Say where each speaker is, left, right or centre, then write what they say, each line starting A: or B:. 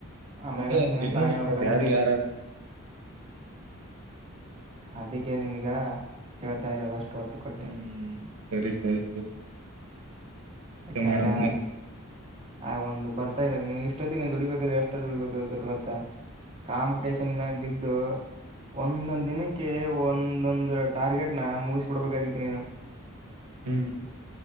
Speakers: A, on the right; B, on the right.
A: ಆಮ್ಯಾಗ ಹಚ್ತಿನಿ
B: ನ ಜೀವನು
A: ಅಂತ ನಾನೇ ಹೇಳ್ಬೇಕಾಗತ್ತ
B: ಯಾರು ಯಾರ
A: ಅದಕ್ಕೆ ನಿನ್ಗ ಹೇಳ್ತಾ ಇರೋದ ಅಷ್ಟು ಹೊತ್ತು ಕೊಟ್ಟು
B: ಹ್ಮ್ ಸರಿ ಸರಿ ಅಷ್ಟೇ
A: ಯಾಕಂದ್ರೆ
B: ಮಾಡಮ್ ಮತ್
A: ಹ ಒಂದು ಬರ್ತಾ ಇಲ್ಲ ನೀ ಇಷ್ಟೊತ್ತ ನೀ ದುಡಿಬೇಕಾದ್ರೆ ಎಷ್ಟೊ ದುಡಿಬೇಕ ಗೊ ಗೊತ್ತಾ ಕಾಂಪಿಟೇಷನ್ ಮ್ಯಾಗ ಬಿದ್ದು ಒಂದೊಂದ್ ದಿನಕ್ಕೆ ಒಂದೊಂದು ಟಾರ್ಗೆಟ್ನ ಮುಗಿಸ್ಬಿಡ್ಬೇಕಾಗಿತಿ ನೀನು
B: ಹ್ಮ್